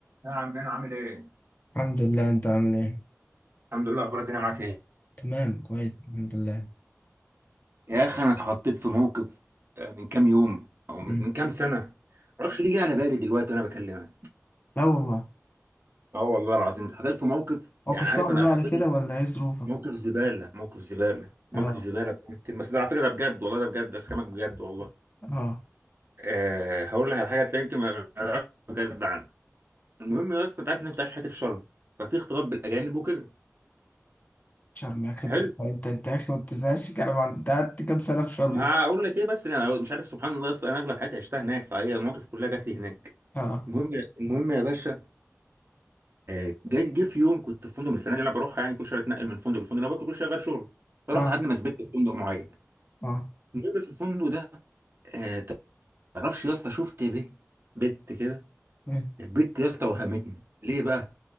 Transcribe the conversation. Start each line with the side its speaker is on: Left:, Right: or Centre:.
Right: يا عمنا عامل ايه؟
Left: الحمد لله انت عامل ايه
Right: الحمد لله اخبار الدنيا معاك ايه؟
Left: تمام كويس الحمد لله
Right: يا اخي انا اتحطيت في موقف آه، من كام يوم او من
Left: مم.
Right: من كام سنه معرفش ليه جه على بالي دلوقتي وانا بكلمك
Left: لا والله
Right: اه والله العظيم اتحطيت في موقف
Left: موقف
Right: يعني
Left: صعب
Right: عارف انا
Left: بعد
Right: لحد دلوقتي
Left: كده ولا ايه ظروفك
Right: موقف زباله موقف زباله موقف
Left: اه
Right: زباله ممكن بس ده على فكره ده بجد والله ده بجد ده كلامك بجد والله
Left: اه
Right: أه هقول لك على حاجه تلاقي يمكن ما ما تعرفش بجد عنها المهم يا اسطى انت عارف ان انا كنت عايش حياتي في شرم ففي اختلاط بالاجانب وكده
Left: شرم يا اخي انت
Right: حلو
Left: انت انت انت يا اخي ما بتزهقش كلام عن- انت قعدت كام سنه في شرم
Right: هقول لك ايه بس انا مش عارف سبحان الله اصل انا اغلب حياتي عشتها هناك فهي المواقف كلها جات لي هناك
Left: اه
Right: المهم المهم يا باشا آه، جه جه في يوم كنت في فندق من الفنادق اللي انا بروحها يعني كل شويه اتنقل من فندق لفندق انا كل شويه غير شغل فرحت
Left: اه
Right: لحد ما ثبت في فندق معين
Left: اه
Right: المهم في الفندق ده آه، تعرفش يا اسطى شفت بنت بنت كده
Left: مم.
Right: البنت يا اسطى وهمتني ليه بقى